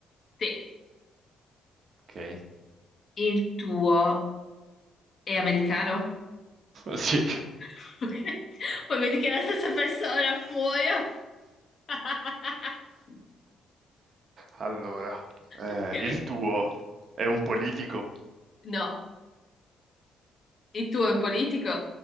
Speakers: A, on the left; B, on the right.
A: Sì.
B: Ok.
A: Il tuo è americano?
B: <laughs> Sì.
A: <laughs> Ok. Poi vedi che è la stessa persona, muoio. <laughs>
B: Allora, eh,
A: Ok.
B: il tuo è un politico?
A: No, Il tuo è un politico?